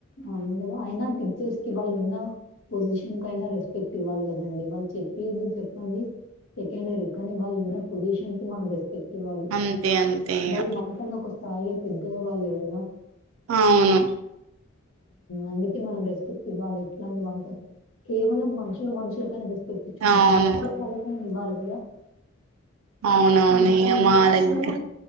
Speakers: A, on the left (about 70°); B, on the right (about 85°).
A: అవును కదా అయినా టీచర్స్ కి వాళ్ళు ఉన్న పొజిషన్ కి అయినా రెస్పెక్ట్ ఇవ్వాలి కదండి వాళ్ళు చెప్పేది చెప్పండి సెకండరీ కానీ వాళ్ళు ఉన్నా పొజిషన్ కి మనం రేస్ పెట్టి వాళ్ళి
B: అంతే అంతే ఇగ
A: వాళ్ళు మనకన్నా ఒక స్థాయిలో పెద్దవాళ్ళు కదా
B: అవును
A: అందుకే మనం రెస్పెక్ట్ ఇవ్వాలి ఎట్లాంటి వాళ్ళతో కేవలం మనుషులు మనుషులకైనా పెట్టించుకుంటాం
B: అవును
A: కదా అట్లా వాళ్ళకు అయిన ఇవ్వాలి కదా
B: అవునవును
A: ఇవాళ
B: ఇయ్య
A: హ్మ్. మన
B: మాది
A: క్లాస్‌లో
B: ఏకు